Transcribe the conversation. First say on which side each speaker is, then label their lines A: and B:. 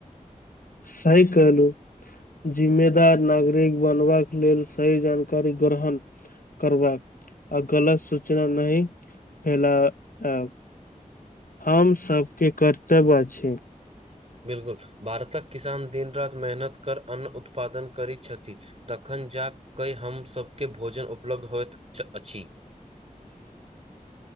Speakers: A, on the left; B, on the right.
A: सही कहलुॅं। जिम्मेदार नागरिक बनबाक लेल सही जानकारी गरहण। करबाक आ गलत सूचना नहि फैला एब हम सबके कर्तव अछि।
B: बिल्कुल भारतक किसान दिन-रात मेहनत कर अन्न उत्पादन करि छथि। तखन जा कऽ हमसबके भोजन उपलब्ध होइत अछि।
A: <inaudible>